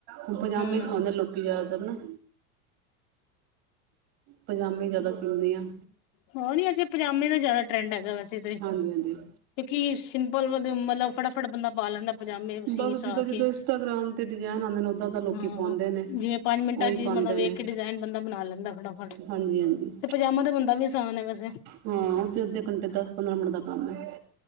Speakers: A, on the right; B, on the left.
A: ਹੁਣ ਪਜਾਮੇ
B: ਹੂੰ
A: ਸਵਾਉਂਦੇ ਲੋਕ ਜ਼ਿਆਦਾਤਰ ਨਾ, ਪਜਾਮੇ ਜਿਆਦਾ ਸੀਂਧੀ ਆ
B: ਹੋ ਨੀ ਅੱਜੇ ਪਜਾਮੇ ਦਾ ਜ਼ਿਆਦਾ ਟਰੈਂਡ ਹੈਗਾ ਵੈਸੇ ਤੇ ਕਿਉਂਕਿ
A: ਹਾਂਜੀ ਹਾਂਜੀ
B: ਸਿੰਪਲ ਮਤਲਬ ਫਟਾਫਟ ਬੰਦਾ ਪਾ ਲੈਂਦਾ ਪਜਾਮੇ, ਸੀ
A: ਬਸ
B: ਸ
A: ਜਿੱਦਾਂ ਜਿੱਦਾਂ
B: ਕੇ,
A: ਇੰਸਟਾਗ੍ਰਾਮ ਤੇ ਡਿਜ਼ਾਇਨ ਆਉਂਦੇ ਨੇ ਉੱਦਾਂ ਦਾ ਲੋਕੀ
B: ਹਾਂ
A: ਪਾਉਂਦੇ ਨੇ
B: ਜਿਵੇਂ ਪੰਜ ਮਿੰਟਾਂ
A: ਉਹੀ
B: ਚ
A: ਪਾਉਂਦੇ
B: ਮਤਲਬ ਵੇਖ
A: ਨੇ
B: ਕੇ ਡਿਜ਼ਾਇਨ ਬੰਦਾ ਬਣਾ ਲੈਂਦਾ ਫਟਾਫਟ,
A: ਹਾਂਜੀ ਹਾਂਜੀ
B: ਤੇ ਪਜਾਮਾ ਦੇ ਬੰਦਾ ਤਾਂ ਵੀ ਆਸਾਨ ਹੈ ਵੇਸੇ
A: ਹਾਂ, ਉਹ ਤੇ ਅੱਧੇ ਘੰਟੇ, ਦਸ ਪੰਦਰਾਂ ਮਿੰਟ ਦਾ ਕੰਮ ਹੈ